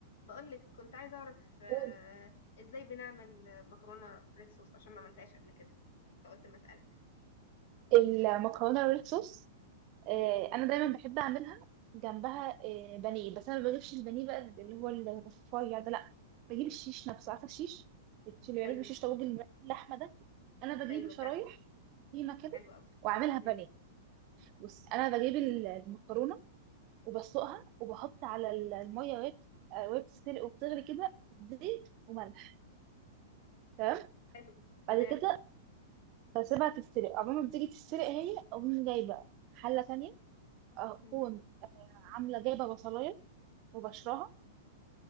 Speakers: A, on the left; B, on the right.
A: بقولك كنت عايزة أعرف آه،
B: قول
A: إزاي بنعمل آه، مكرونة ريد صوص عشان ما عملتهاش قبل كده فقلت ما أسألك
B: المكرونه الريد صوص آه،
A: مم.
B: انا دايما بحب اعملها جنبها آه، بانيه بس انا ما بجيبش البانيه بقى اللي هو الرفيع ده لا بجيب الشيش نفسه عارفه الشيش اللي بيعمل
A: أيوه
B: بالشيش طاووق الم- اللحمه ده انا بجيبه
A: أيوه
B: شرايح
A: بتعمل
B: تخينه كده
A: حلو أوي
B: واعملها بانيه
A: مم.
B: بص انا بجيب ال- المكرونه وبسلقها وبحط على ال- الميه وهي بت- آه، وهي بتتسلق وبتغلي كده زيت وملح تمام
A: حلو
B: بعد
A: تمام
B: كده بسيبها تتسلق عمال ما بتيجي تتسلق هي اقوم جايبه حله تانية اكون
A: مم.
B: عامله جايبه بصلايه وبشرها